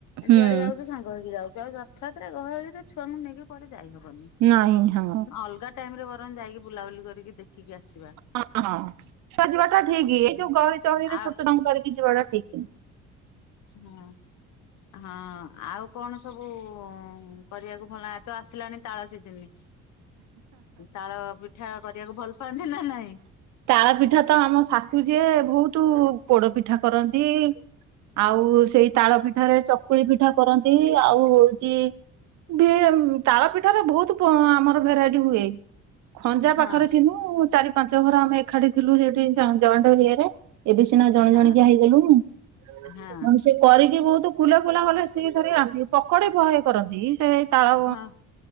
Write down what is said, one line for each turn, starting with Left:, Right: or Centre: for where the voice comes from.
Right: ହୁଁ
Left: ଯୁଆଡେ ଯାଉଚୁ ସାଙ୍ଗ ହେକି ଯାଉ। ଯ ରଥଯାତ୍ରା ଗହଳିରେ ଛୁଆଙ୍କୁ ନେଇକି କୁଆଡେ ଯାଇହବନି।
Right: ନାଇଁ ହଁ
Left: ଅଲଗା ଟାଇମିରେ ବରଂ ଯାଇକି ବୁଲାବୁଲି କରିକି ଦେଖିକି ଆସି
Right: ହଁ ହଁ ଅଲଗା ଯିବାଟା ଠିକ
Left: ହୁଁ।
Right: ଏ ଯୋଉ ଗହଳି ଚହଳି ରେ
Left: ଆ
Right: ଛୋଟ ଛୁଆଙ୍କୁ ଧରିକି ଜିବାଟା ବାଟା ଠିକ୍ ନୁହେଁ।
Left: ହୁଁ। ହଁ ଆଉ କଣ ସବୁ କରିବାକୁ ଭଲ ଏ ତ ଆସିଲାଣି ତାଳ ସିଝିନି। ତାଳ ପିଠା କରିବାକୁ ଭଲ ପାଆନ୍ତି ନା ନାଇଁ?
Right: ତାଳ ପିଠା ତ ଆମ ଶାଶୁ ଯିଏ ବହୁତ ପୋଡ ପିଠା କରନ୍ତି। ଆଉ ସେଇ ତାଳ ପିଠାରେ ଚକୁଳି ପିଠା କରନ୍ତି ଆଉ ହଉଛି ଢେର୍ ତାଳ ପିଠାାରେ ବହୁତ ଆମର ଭେରାଇଟି ହୁଏ। ଖଞ୍ଜା
Left: ହଁ
Right: ପାଖରେ ଥିନୁ ଚାରି ପାଞ୍ଚ ଘର ଆମେ ଏଖାଠି ଥିଲୁ ସେଠି ଯଏଣ୍ଟ ଇଏରେ ଏବେ ସିନା ଜଣି
Left: ହଁ
Right: ଜଣି କିିଆ ହେଇଗଲୁଣି ନହେଲେ
Left: ହଁ
Right: ସେ କରିକି ବହୁତ କୁଲା କୁଲା କଲେ ସେ ଧରି ବାଟନ୍ତି ପକଡି ବହେ କରନ୍ତି ସେ ତାଳ
Left: ହଁ